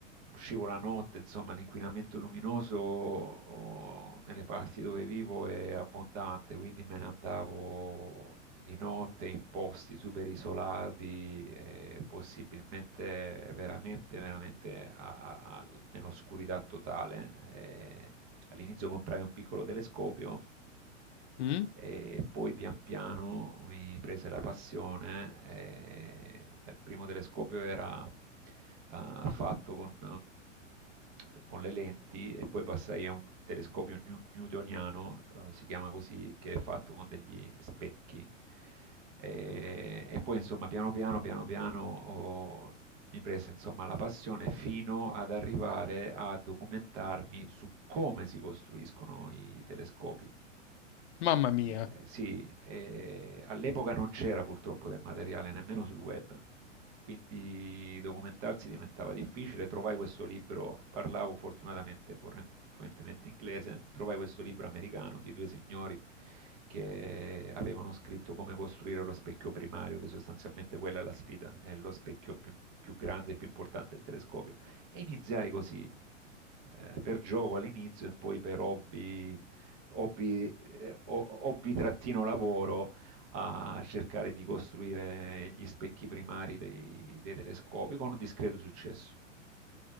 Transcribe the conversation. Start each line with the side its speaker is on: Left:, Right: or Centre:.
Right: uscivo la notte, insomma, l'inquinamento luminoso oh, nelle parti dove vivo è abbondante, quindi me ne andavo di notte in posti super isolati, eh, possibilmente veramente, veramente a, a, nell'oscurità totale. Eh, All'inizio comprai un piccolo telescopio
Left: Mm?
Right: e poi pian piano mi prese la passione. E dal primo telescopio era ah, fatto con, eh, con le lenti e poi passai a un telescopio new- newtoniano, eh, si chiama così, che è fatto con degli specchi e, e poi insomma piano piano, piano piano ho- mi prese insomma la passione fino ad arrivare a documentarmi su come si costruiscono i telescopi.
Left: Mamma mia.
Right: Eh, sì, e all'epoca non c'era purtroppo del materiale nemmeno sul web, quindi documentarsi diventava difficile. Trovai questo libro, parlavo fortunatamente corren- fluentemente inglese, trovai questo libro americano di due signori che avevano scritto come costruire lo specchio primario, che sostanzialmente quella è la sfida, è lo specchio più, più grande e più importante del telescopio. E iniziai così, eh, per gioco all'inizio e poi per hobby hobby, eh, ho- hobby-lavoro a cercare di costruire gli specchi primari dei, dei telescopi con un discreto successo.